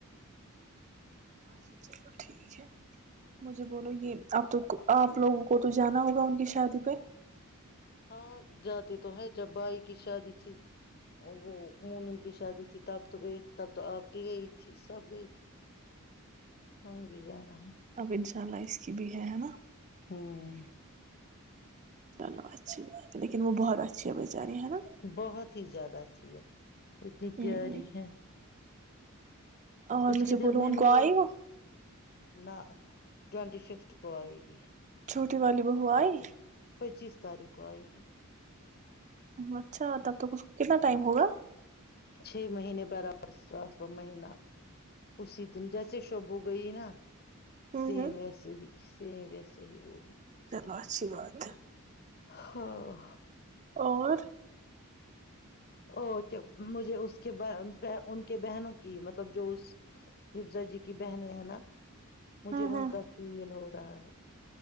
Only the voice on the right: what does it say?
اچھا چلو ٹھیک ہے مجھے بولو یہ اب تو آپ لوگوں کو تو جانا ہوگا ان کی شادی پے
اب انشاء اللہ اس کی بھی ہے ہے نا
چلو اچھی بات ہے لیکن وہ بہت اچھی ہے بیچاری ہے نا
ہ
اور
مجھے
بولو
ان
کو آئی وہ
چھوٹی والی بہو
آئی
اچھا تب تک اس کو کتنا ٹائم ہوگا
ہ
ہ
چلو اچھی بات ہے
اور
ہاں
ہاں